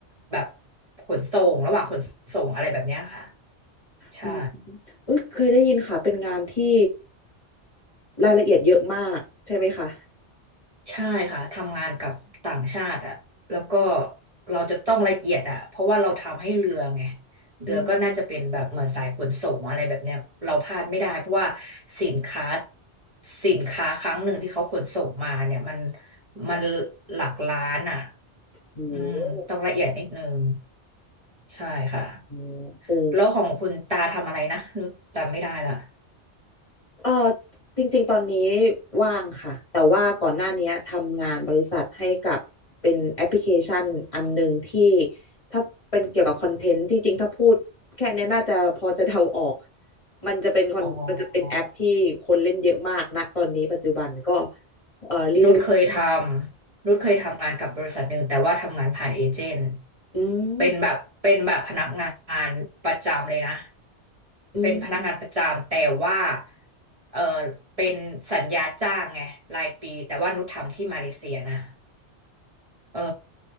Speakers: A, on the right; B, on the left.
A: แบบขนส่งระหว่างขนส่งอะไรแบบเนี้ยค่ะใช่
B: อืมเอ้ยเคยได้ยินค่ะเป็นงานที่รายละเอียดเยอะมากใช่ไหมคะ
A: ใช่ค่ะทำงานกับต่างชาติอ่ะแล้วก็เราจะต้องละเอียดอ่ะเพราะว่าเราทำให้เรือไงเรือก็น่าจะเป็นแบบเหมือนสายขนส่งอะไรแบบเนี้ยเราพลาดไม่ได้เพราะว่า
B: อืม
A: สินค้าสินค้าครั้งหนึ่งที่เขาขนส่งมาเนี่ยมันมันหลักล้านอ่ะ
B: โอ้
A: อืมต้องละเอียดนิดนึง ใช่ค่ะ
B: โหโอ้
A: แล้วของคุณตาทำอะไรนะนุชจำไม่ได้ละ
B: เออจริงๆตอนนี้ว่างค่ะแต่ว่าก่อนหน้านี้ทำงานบริษัทให้กับเป็นแอปพลิเคชันอันหนึ่งที่ถ้าเป็นเกี่ยวกับคอนเทนต์ที่จริงถ้าพูดแค่เนี้ยน่าจะพอจะเดาออกมันจะเป็นคอนมันจะเป็นแอปที่คนเล่นเยอะมากนะตอนนี้ปัจจุบันก็
A: อ๋อ
B: เอ่อรีวิว
A: นุชเคยทำนุชเคยทำงานกับบริษัทหนึ่งแต่ว่าทำงานผ่านเอเจนต์
B: อืม
A: เป็นแบบเป็นแบบพนักงานประจำเลยนะ
B: อืม
A: เป็นพนักงานประจำแต่ว่าเออเป็นสัญญาจ้างไงรายปีแต่ว่านุชทำที่มาเลเซียนะเออ